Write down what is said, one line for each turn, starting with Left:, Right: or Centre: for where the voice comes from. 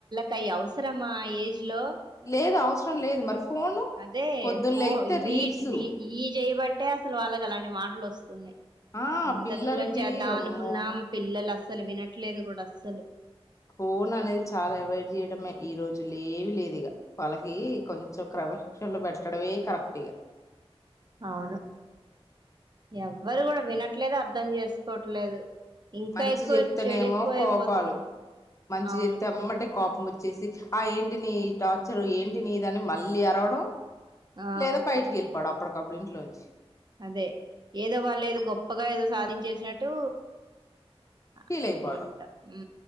Right: కయవసరమా ఏజ్ లో
Left: లే లేదు అవసరం లేదు మరి ఫోను
Right: అదే
Left: పొద్దున్న
Right: ఫో
Left: లేగితే
Right: వీట్
Left: రీల్సు
Right: ఈ ఇయ్యి చెయ్ బట్టి ట్టే అసలు వాళ్ళకి అలాంటి మాటలు వస్తున్నాయి
Left: ఆ
Right: ఎంత
Left: పిల్లలకి
Right: దూరం చేద్దాం
Left: అమ్మో
Right: అనుకున్నాం పిల్లలు అస్ అస్సలు వినట్లేదు కూడా అస్సలు
Left: ఫోన్ అనేది చాలా అవాయిడ్ చేయడమే ఈ రోజుల్ ఏవి లేదు ఇగ వాళ్ళకి కొంచెం క్రమశిక్షణలో పెట్టడమే కరెక్ట్ ఇగ
Right: అవును ఎవ్ వ్వరు కూడా వినట్లేదు అర్ధం చేసుకోవట్లేదు ఇంకా
Left: మంచి
Right: ఎక్కువ
Left: చెప్తేనేమో
Right: చెడు ఎక్కువ అయిపోతుంది
Left: కోపాలు మంచి
Right: అవును
Left: చెప్తే ఎమ్మటే కోప్ వచ్చేసి ఆ ఏంటిని టార్చర్ ఏంటిని దని మళ్ళీ అరవడం
Right: ఆ
Left: లేదా బయటికి ఎళ్ళిపడప్ అప్పటికప్పుడు ఇంట్లోంచి
Right: అదే ఏదో వాళ్ళు ఏదో గొప్పగా ఏదో సాధించేసినట్టు అ
Left: ఫీల్
Right: అసలు
Left: అయిపోవడం
Right: ఏంటో ఉ